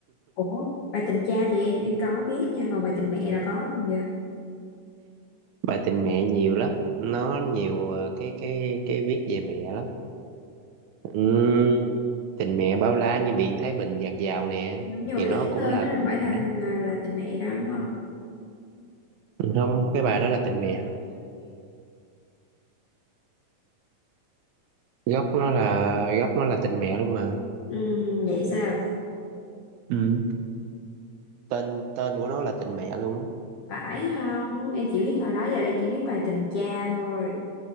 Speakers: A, on the left (about 75°); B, on the right (about 75°).
A: Ủa bài tình cha thì em em có biết nha còn bài tình mẹ là có không vậy
B: Bài tình mẹ nhiều lắm. Nó nhiều ờ, cái cái cái viết về mẹ lắm. Ừ. Tình mẹ bao la như biển Thái Bình dạt dào nè
A: Đúng, nhưng mà
B: thì nó
A: cái cái
B: cũng
A: tên
B: là
A: nó đâu
B: tình
A: phải
B: mẹ.
A: là là là tình mẹ đâu đúng không
B: Ừ, Không, cái bài đó là tình mẹ. Gốc nó là gốc nó là tình mẹ luôn mà.
A: ừ, vậy sao
B: Ừ. Tên tên của nó là tình mẹ luôn á.
A: phải không em chỉ biết hồi đó giờ là em chỉ biết bài tình cha thôi